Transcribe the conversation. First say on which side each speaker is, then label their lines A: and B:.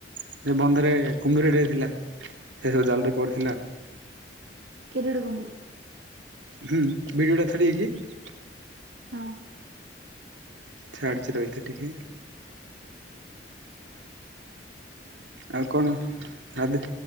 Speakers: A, on the right; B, on the right.
A: ସେ ବନ୍ଧରେ କୁମ୍ଭୀରଟିଏ ଥିଲା ସେ ସବୁ ଜାଲରେ ପଡ଼ିଥିଲା।
B: କିରୀଡ଼ କୁମ୍ଭୀର।
A: ହୁଁ ଭିଡିଓ ଟା ଛାଡି ବିକି?
B: ହଁ।
A: ଛାଡଚି ରହିଥା ଟିକେ। ଆଉ କଣଦ